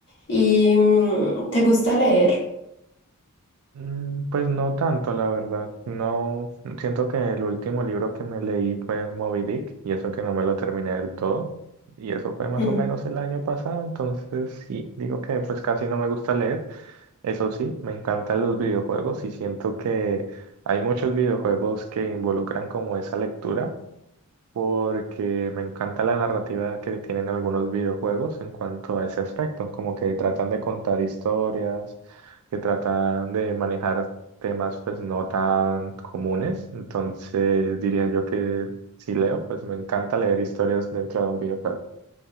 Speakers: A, on the left; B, on the right.
A: ¿Y mm, te gusta leer?
B: Mm, Pues no tanto, la verdad. No, siento que el último libro que me leí fue Moby Dick y eso que no me lo terminé del todo. Y eso fue más
A: <laughs>
B: o menos el año pasado, entonces sí, digo que pues casi no me gusta leer, Eso sí, me encantan los videojuegos y siento que hay muchos videojuegos que involucran como esa lectura porque me encanta la narrativa que tienen algunos videojuegos en cuanto a ese aspecto, como que tratan de contar historias, que tratan de manejar temas pues no tan comunes, entonces diría yo que si leo, pues me encanta leer historias dentro de un videojuego.